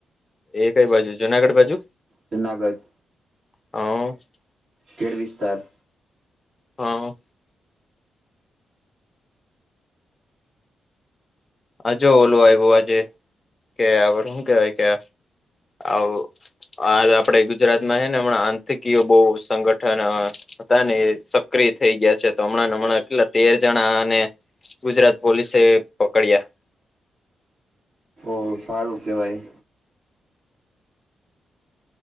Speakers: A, on the left; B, on the right.
A: એ કઈ બાજુ જુનાગઢ બાજુ?
B: જૂનાગઢ
A: હ
B: કેડ વિસ્તાર
A: હા હ જો ઓલું આવ્યો આજે કે શું કેવાય કે આવું આ આપડે ગુજરાત માં હે, ને હમણાં આંતકીય બહુ સંગઠન હતા ને સક્રિ થઈ ગયા છે, તો હમણાં હમણાં કેટલા તેર જણા અને ગુજરાત પોલીસે પકડીયા.
B: ઓ સારું કેવાય.